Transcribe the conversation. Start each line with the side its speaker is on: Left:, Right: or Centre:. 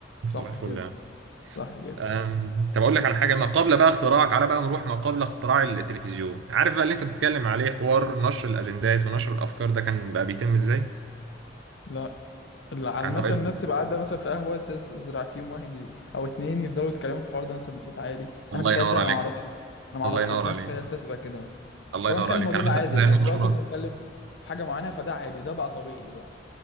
Right: صباح
Left: صح
Right: الفل
Left: كده
Right: يعني
Left: صح كده
Right: أم، طب أقول لك على حاجة ما قبل بقى اختراع تعالى بقى نروح ما قبل اختراع التلفزيون عارف بقى اللي أنت بتتكلم عليه حوار نشر الأجندات ونشر الأفكار ده كان بقى بيتم إزاي؟
Left: لا اللي على
Right: عن
Left: مثلا
Right: طريق الفيديو.
Left: الناس تبقى قاعده مثلا في قهوه تز- تزرع فيهم واحد ي... او اتنين يفضلوا يتكلموا في الحوار ده مثلا بصوت عالي
Right: الله
Left: انا تخيلتها
Right: ينور عليك
Left: انا ما اعرفش انا ما اعرفش
Right: الله ينور
Left: بس انا
Right: عليك
Left: تخيلتها تبقى كده مثلا
Right: الله
Left: لو
Right: ينور
Left: نخلي
Right: عليك
Left: الموضوع
Right: يعني
Left: ده
Right: مثلا
Left: عادي
Right: زي
Left: احنا
Right: المنشورات
Left: دلوقتي بنتكلم في حاجه معينه فده عادي ده بقى طبيعي دلوقتي